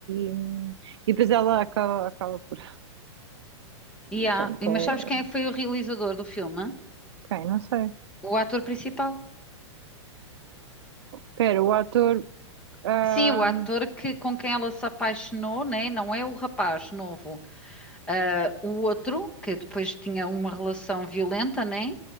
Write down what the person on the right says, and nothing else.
e, hum, e depois ela acaba, acaba por.
Pronto,
é.
Quem? Não sei.
Espera, o ator. ah